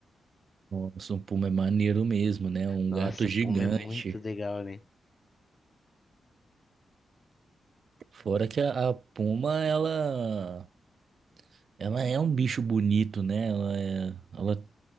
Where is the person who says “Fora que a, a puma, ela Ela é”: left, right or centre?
Right